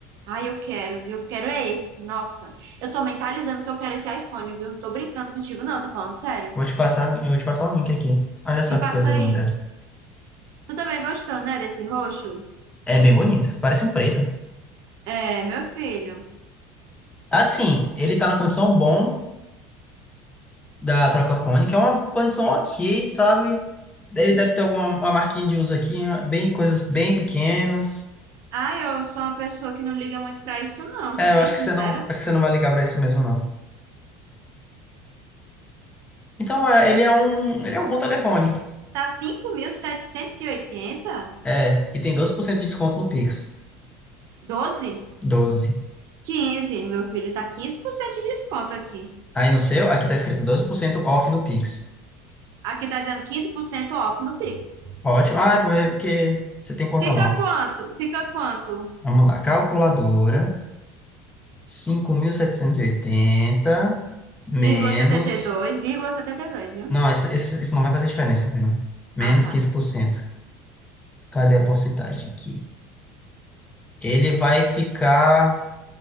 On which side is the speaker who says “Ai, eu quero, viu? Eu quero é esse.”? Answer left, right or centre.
Right